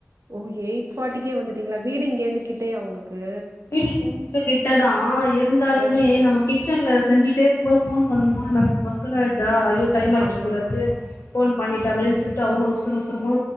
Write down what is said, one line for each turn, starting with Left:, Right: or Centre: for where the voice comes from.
Right: ஓகே எயிட் ஃபார்ட்டிக்கே வந்துட்டீங்களா வீடு இங்கேருந்து கிட்டயா உங்களுக்கு
Left: வீடு கொஞ்ச கிட்டதா இருந்தாலுமே
Right: ஓ
Left: நம்ம கிச்சன்ல செஞ்சுட்டே இருக்கும்போது ஃபோன் பண்ணும்போது நமக்கு பக்குன்ன ஆயிடுதா ஐயோ டைம் ஆச்சு
Right: ஆமா
Left: போல இருக்கு போன் பண்ணிட்டாங்களேன்னு சொல்ட்டு அவ்ளோ அவசர அவசரமா